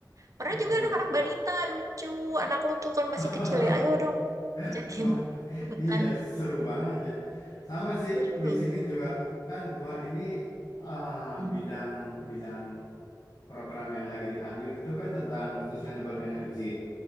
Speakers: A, on the right; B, on the left.
A: Pernah
B: Oke.
A: juga anak-anak balita, lucu. Anak lu tuh kan masih
B: <laughs>
A: kecil ya, ayo dong ajakin
B: Wah,
A: <laughs> ke hutan.
B: Iya, seru banget ya. Sama sih
A: Seru.
B: di sini juga kan gua ini ah,
A: Hmm.
B: bidang bidang program yang lagi diambil itu kan tentang sustainable energy.